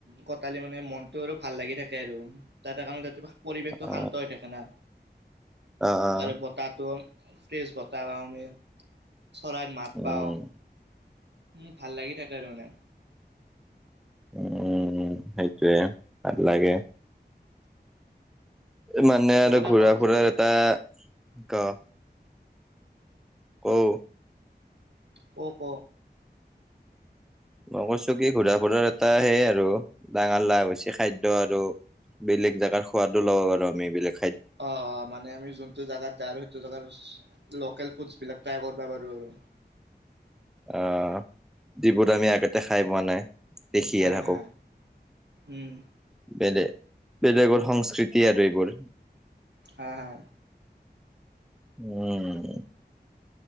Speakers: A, on the right; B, in the centre.
A: কটালি মানে মনতটো আৰু ভাল লাগি থাকে। আৰু তাটা কাৰণে ত পৰিৱেশটো
B: অ
A: শান্ত হৈ থাকে। না
B: অ অ
A: আৰু বতাহটো। ফ্ৰেছ বতৱা মই। চৰাইৰ মাত
B: উম
A: পাও উম' ভাল লাগি থাকে। আৰু মানে
B: উম' সেইটোৱে ভাল লাগে। মানে আৰু
A: ত' এটা
B: ঘূৰা-ফুৰাৰ
A: কথা
B: এটা ক অ'
A: ক -ক
B: মই কৈছো। কি ঘূৰা ফুৰাৰ এটা সেই আৰু ডাঙৰ লাভ হৈছে। খাদ্য আৰু বেলেগ জেগাৰ সোৱাদো ল'ব পাৰো আমি এইবেলোক
A: অ-অ মানে আমি যোনটো জেগাত যায় আৰু সেইটো জেগাৰ লোকেল ফুডছবিলাক। তাই কৰিবা বাৰু-আৰু-
B: আহ, যিবোৰত আমি আগতে খাই পোৱা নাই। দেখি
A: হা
B: আ' নকৌ
A: হা উম
B: বেলে বলে এবৰ সংস্কৃতি আৰু এইবোৰ।
A: হ-হা।
B: উম'।